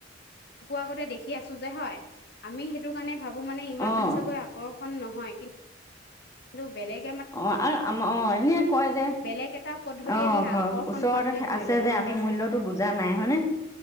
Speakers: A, on the left; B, on the left.
A: চকুৰ আগতে দেখি আছো যে হয় আমি সেইটো কাৰণে। ভাবো মানে ইমান
B: অ',
A: চাগৈ আকৰ্ষণ নহয় কিন্তু নো বেলেগ।
B: অ' আৰু আমাৰ অ'এনে কয় যে অ
A: বেলেগ এটা পদ্ধতিয়েদি
B: ঘৰ
A: আকৰ্ষণ
B: ওচৰতে
A: কৰা বুলি ধৰি
B: আছে
A: লয়
B: যে
A: গম
B: আমি
A: পাইছা
B: মূল্যটো বুজা নাই হয়নে